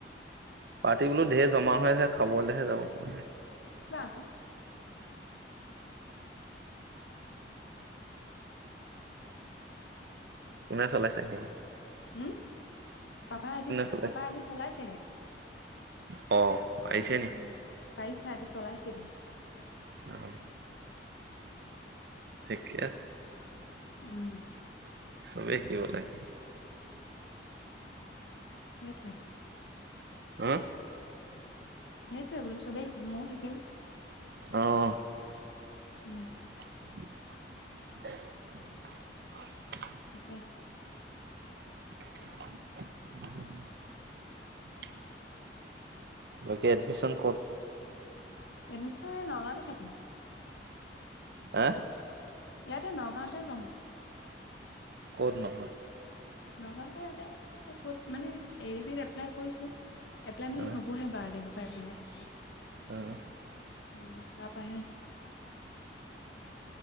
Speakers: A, on the right; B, on the left.
A: পাৰ্টি বোলো ঢেৰ জমা হৈ আছে খাবলৈহে যাব পৰা নাই
B: ক'
A: কোনে চলাই চাগে
B: হম পাপাই আজি
A: চলাইছে
B: পাপা আজি চলাইছে গাড়ী
A: অ আহিছে নি
B: উম পাৰিছা আজি চলাইছেগে
A: অ ঠিকে আছে
B: উম
A: চবেই শিকিব লাগে
B: সেইটোৱে
A: হ
B: হেই টোয়ে বোলো চবেই শিকিম ময়ও শিকিম
A: আহ
B: উম
A: অ
B: তাকে
A: ত বাকী এডমিশন ক'ত
B: এডমিশন নগাঁওতে থাকিম
A: আহ
B: ইয়াতে নগাঁওঁতে লম
A: ক'ত নো
B: নগাঁওতে ইয়াতে ক'ত মানে এ দি পি ত এপ্লাই কৰিছো এপ্লাই মি
A: অ
B: হ'ব হে বাৰতাৰিখৰ পৰা এপলাই কি
A: হয়
B: উম তাপাহে